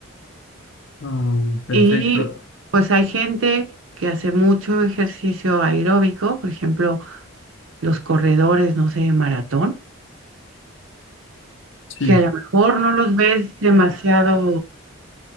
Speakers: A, on the left; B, on the right.
A: ah, perfecto.
B: Y pues hay gente que hace mucho ejercicio aeróbico, por ejemplo, los corredores, no sé, de maratón
A: Sí,
B: que a lo mejor no los ves demasiado,